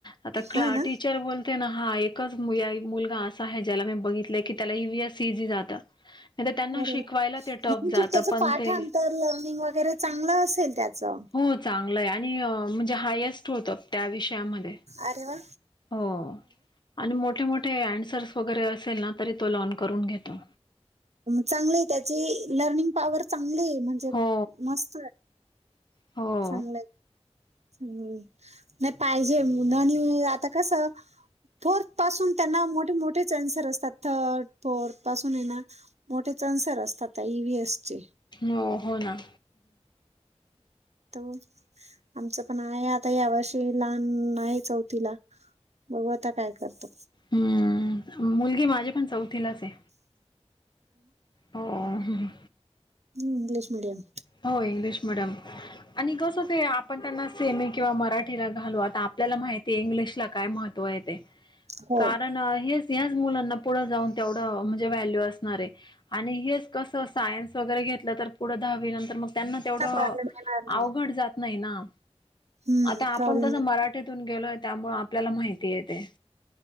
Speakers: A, on the left (about 40°); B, on the right (about 75°).
A: आता
B: हा
A: क्ला
B: ना
A: टीचर बोलते ना? हा एकच मूलाय मुलगा असा आहे ज्याला मी बघितलंय की त्याला ईव्हीएस इझी जात. नाही तर त्यांना
B: बरोबर.
A: शिकवायला ते टफ
B: म्हणजे
A: जात
B: त्याचं
A: पण
B: पाठांतर
A: ते
B: लर्निंग वगैरे चांगलं असेल त्याचं
A: हो जा. आणलय आणि म्हणजे हायस्ट. होत त्या विषयामध्ये
B: अरे वा
A: हो आणि मोठ्या मोठ. ते आणि सेल्फ वगैरे असेल ना तरी तो लॉन करून घेतो.
B: चांगली त्याचे लर्निंग पॉवर चांगलीय म्हणजे
A: हो
B: मस्त आहे
A: हो
B: चांगलंय. हम् नाई पाहिजे उनाणी आता कसं? फोर्थ पासून त्यांना मोठे मोठे. मोठेच अन्सर असतात थर्ड फोर्थ पासून हाय ना मोठेच अन्सर असतात त्या ईव्हीएस चे.
A: हो हो ना.
B: त आमचं पण आहे आता या वर्षी लहान आहे चौथीला. बघू आता काय करतो.
A: हम्म मुलगी माझी पण चौथ. तिलाच आय हो.
B: हम्म इंग्लिश मीडियम.
A: हो इंग्लिश मिडीयम आणि कस ते आपण त्यांना सेमी किंवा मराठीला घालू आता आप. आपल्याला माहितीय इंग्लिश ला काय महत्व आहे ते.
B: हो
A: कारण हेच ह्याच मुलांना पुढे जाऊन तेवढं म्हणजे व्हॅल्यू असणाराय. आणि हेच कसं सायन्स वगैरे घेतलं तर पुढं दहावी नंतर मग. त्यांना तेवढं
B: प्रॉब्लेम येणार नाही
A: अवघड जात नाही ना.
B: हम्म
A: आता आपण
B: प्रॉब्लेम
A: कसं
B: येतो
A: मराठीतून गेलोय त्यामुळे आपल्याला माहितीहाय ते.